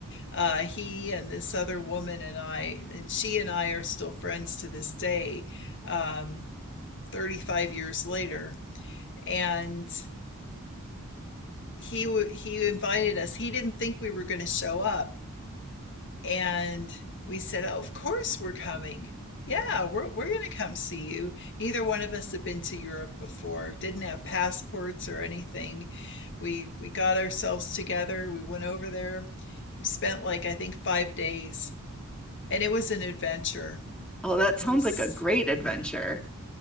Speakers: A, on the left; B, in the centre.
A: Uh, he and this other woman and I, and she and I are still friends to this day, um, 35 years later. And he w- he invited us. He didn't think we were going to show up, and we said, "Oh, of course we're coming. Yeah, we're we're going to come see you." Neither one of us had been to Europe before, didn't have passports or anything. We we got ourselves together. We went over there. We spent like I think five days, and it was an adventure.
B: Oh, that
A: It
B: sounds
A: was
B: like a great adventure.
A: yeah.